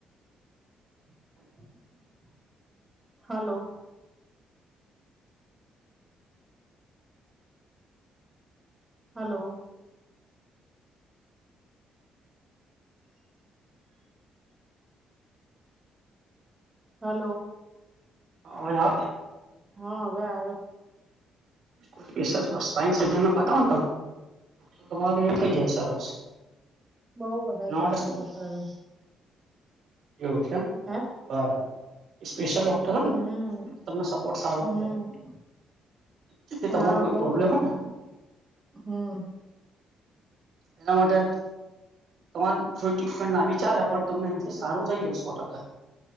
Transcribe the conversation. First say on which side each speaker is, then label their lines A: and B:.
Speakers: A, on the right (about 20°); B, on the right (about 65°).
A: <inaudible> હાલો હલો હલો
B: અવાજ આવે?
A: હા, હવે આયો.
B: કોઈ સ્પેશિયલ સ્પાઈન સર્જન ને બતાવોને તમે. તમારે એ થઇ જાય સરસ.
A: બઉ બધા
B: એના
A: જણને
B: માટે શું
A: બતાયુ.
B: એવું છે એમ.
A: હે.
B: બરાબર, એ સ્પેશિયલ ડોક્ટર હો ને,
A: હમ
B: એ તમને સપોર્ટ સારો
A: હમ
B: કરે જેથી
A: હા,
B: તમારો કોઈ
A: બોઉ
B: પ્રોબ્લેમ
A: બધા
B: હોય
A: જણને, હમ્મ
B: એના માટે તમારે થોડી ટ્રીટમેન્ટ લાબી ચાલે પણ તમને એનાથી સારું થઈ જાય સો ટકા.